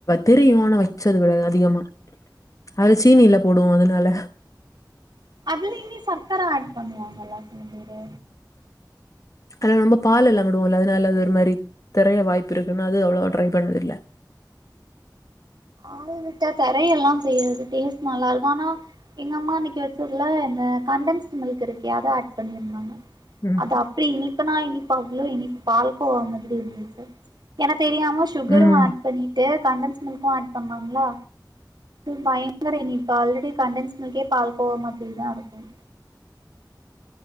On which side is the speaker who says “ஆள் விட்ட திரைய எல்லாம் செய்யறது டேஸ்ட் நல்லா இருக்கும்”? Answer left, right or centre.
Right